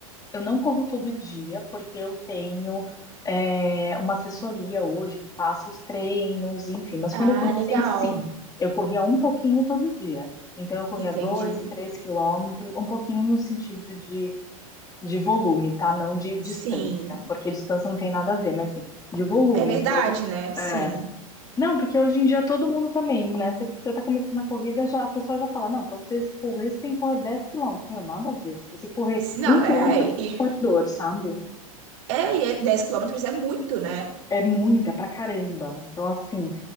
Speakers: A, on the left; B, on the right.
A: eu não corro todo dia, porque eu tenho é, uma assessoria hoje que passa os treinos, enfim. Mas
B: Ah,
A: quando eu comecei,
B: legal.
A: sim, eu corria um pouquinho todo dia. Então, eu corria
B: entendi.
A: dois, três quilômetros, um pouquinho no sentido de, de volume, tá? Não de distância,
B: Sim.
A: porque distância não tem nada a ver, mas sim, de volume.
B: É verdade,
A: Então,
B: né? Sim.
A: é. Não, porque hoje em dia todo mundo também, né? Você, você tá começando a corrida, já, a pessoa já fala, não, pra você correr, você tem que correr 10 quilômetros. Meu, nada a ver. Se você correr
B: S- Não,
A: um quilômetro,
B: é, e-
A: é dor, sabe?
B: é, e é 10 quilômetros é muito, né?
A: É muita pra caramba. Então, assim,